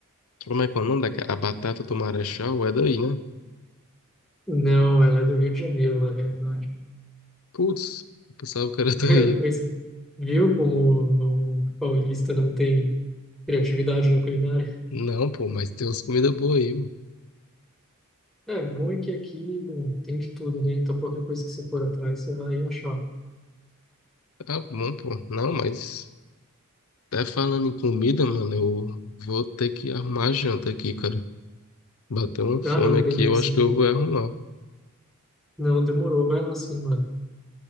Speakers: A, on the left; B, in the centre.
A: como é que é o nome daquela? A batata do Marechal é daí, né?
B: Não, ela é do Rio de Janeiro, na realidade.
A: Putz, eu pensava que era
B: <laughs>
A: daí.
B: Coisa, viu como o paulista não tem criatividade na culinária?
A: Não, pô, mas tem umas comidas boas aí, mano.
B: É, o bom é que aqui, bom, tem de tudo, né? Então qualquer coisa que você for atrás, você vai achar.
A: Tá bom, pô. Não, mas. Até falando em comida, mano, eu vou ter que arrumar a janta aqui, cara. Bateu uma fome
B: Ah, não,
A: aqui,
B: beleza.
A: eu acho que eu vou arrumar.
B: Não, demorou, vai lá sim, mano.